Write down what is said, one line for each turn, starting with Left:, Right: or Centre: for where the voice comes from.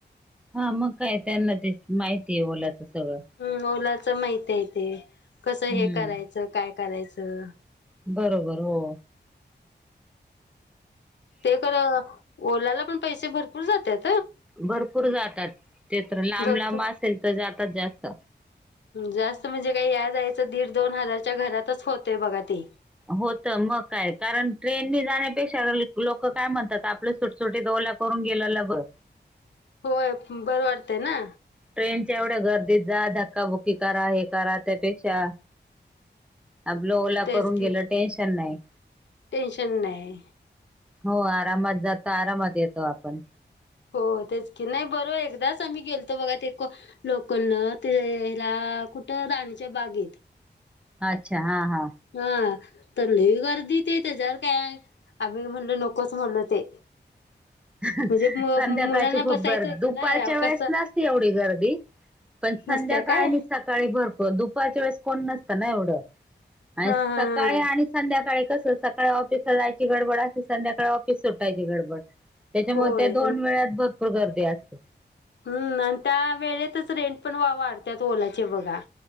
Centre: हा मग काय, त्यांना ते माहिती आहे ओलाचं सगळं.
Left: हम्म...... ओलाच माहित आहे ते, कसं
Centre: हम्म
Left: हे करायचं, काय करायचं.
Centre: बरोबर हो.
Left: ते कर ओलाला पण पैसे भरपूर जात्यात.
Centre: भरपूर जातात. ते तर लांब
Left: भरपूर
Centre: लांब असेल तर जातात जास्त.
Left: जास्त म्हणजे काय या-जायचं दीड दोन हजारच्या घरातचं होतयं बघा ते.
Centre: होत मग काय, कारण ट्रेनने जाण्यापेक्षा ल लोक काय म्हणतात आपलं.... सुटसुटीत ओला करून गेलंल ब
Left: होय. बरं वाटतंय ना.
Centre: ट्रेनच्या एवढ्या गर्दीत जा. धक्काबुक्की करा. हे करा त्यापेक्षा आपलं ओला
Left: तेच
Centre: करून गेलं,
Left: की
Centre: टेन्शन नाही.
Left: टेन्शन नाही.
Centre: हो, आरामात जातो, आरामात येतो आपन.
Left: हो तेच की, नाही बरोब एकदाच आम्ही गेलतो बघा ते..... लोकलन ते हेला, कुटं राणीच्या बागेत.
Centre: अच्छा! हा हा.
Left: हा, तर लई गर्दी ते, त्याच्यावर काय आम्ही त म्हणल नकोच म्हणलं ते....
Centre: <inaudible> अहह...
Left: म्हणजे
Centre: संध्याकाळची
Left: मुलांना
Centre: खूप
Left: बसायचं
Centre: गर्...
Left: होतं
Centre: दुपारच्या
Left: ना
Centre: वेळेस
Left: कसं
Centre: नसती एवढी गर्दी.... पण
Left: नसत्या
Centre: संध्या काय नी....
Left: हा
Centre: सकाळी भरपूर.... दुपारच्या वेळेस कोण नसत ना एवढं, आणि
Left: हा
Centre: सकाळी
Left: हा
Centre: आणि...... संध्याकाळी कसं सकाळी ऑफिस ला जायची गडबड असं, संध्याकाळी ऑफिस सुटायची गडबड. त्याच्यामुळे
Left: होय
Centre: त्या दोन वेळात भरपूर गर्दी असते.
Left: हम्म आन त्या वेळेतच रेंट पण वा.. वाढतात ओलाचे बघा.